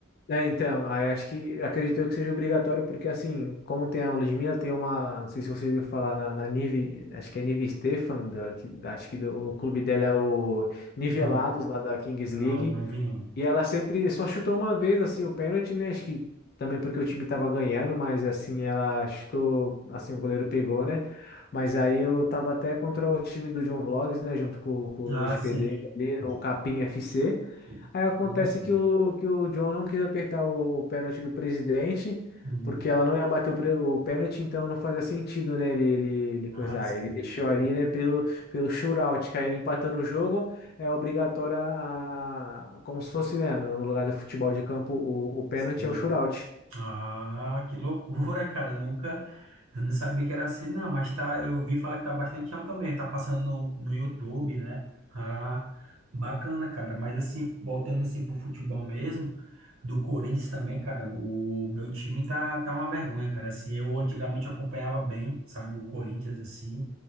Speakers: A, on the left; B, on the right.
A: É, então, aí acho que acredito eu que seja obrigatório, porque assim, como tem a aula de minha, tem uma, não sei se você ouviu falar na, na Nive, acho que é Nive Stefan, da, que, acho que do- o clube dela é o Nivelados,
B: Não,
A: lá da Kings
B: não,
A: League,
B: não vi não.
A: e ela sempre só chutou uma vez, assim, o pênalti, né, acho que também porque o time tava ganhando, mas assim, ela chutou, assim, o goleiro pegou, né, mas aí eu tava até contra o time do John Vlogs, né, junto com, com o Luva
B: Ah,
A: de
B: sim.
A: Pedreiro, ali, né,
B: De-
A: o Capim FC,
B: de- de-
A: Aí acontece
B: de- de- de-
A: que o, que o John não quis apertar o, o pênalti do presidente,
B: Hum,
A: porque ela não ia bater o, pre- o pênalti, então não fazia sentido, né, ele, ele, ele coisar.
B: ah, sim.
A: Ele deixou ali,
B: Sim,
A: né, pelo, pelo shootout, que aí empatando o jogo é obrigatório a, a- como se fosse, né, no, no lugar do futebol de campo, o, o pênalti
B: sim.
A: é o shootout.
B: Ah, que loucura, cara. Eu nunca, eu não sabia que era assim, não. Mas tá, eu ouvi falar que tá bastante alto também, Tá passando no, no YouTube, né? Ah, bacana, cara. Mas assim, voltando assim pro futebol mesmo, do Corinthians também, cara. O meu time tá, tá uma vergonha, cara. Assim, eu antigamente acompanhava bem, sabe? O Corinthians, assim.